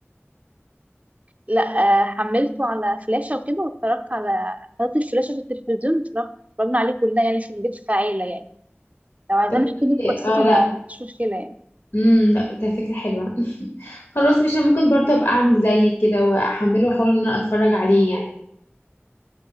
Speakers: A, on the right; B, on the left.
A: لا آه، حملته على فلاشة وكده واتفرجت على حطيت الفلاشة في التلفزيون اتفرجت- اتفرجنا عليه كلنا يعني في البيت كعيلة يعني لو عايزين
B: طب والله-
A: احكي لك قصته
B: اه
A: ما
B: لا
A: ما فيش مشكله يعني
B: امم لا ده فكرة حلوة <laughs> خلاص مش أنا ممكن برضه ابقى اعمل زي كده واحمله واحاول ان انا اتفرج عليه يعني